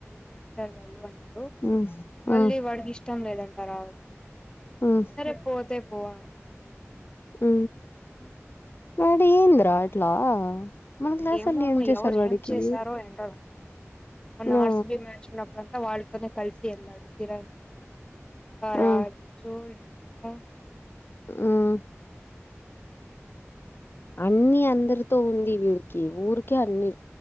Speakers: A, on the left (about 15°); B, on the left (about 50°).
A: చేస్తారు వాళ్ళు అన్నా
B: ఉమ్
A: మళ్ళీ
B: ఉమ్
A: వాడికి ఇష్టం లేదు డా
B: ఉమ్
A: సరే పోతే పోవ అన్నారు
B: ఉ
A: ఆ
B: వాడు ఏందరా అట్లా మన క్లాసోళ్ళు
A: ఏమమ్మ
B: ఏం చేశారు
A: ఎవరు
B: వాడికి
A: ఏం చేసారో ఎన్డు మ
B: ఆ
A: ఆర్సిబి మ్యాచ్ ఉన్నప్పుడుంతా వాళ్ళతోనే కలిసి వెళ్ళాడు చిరతు రాజో
B: ఆ
A: <unintelligible> ఉ
B: ఉమ్ అన్ని అందరితో ఉంది వీడికి ఊరికే అన్ని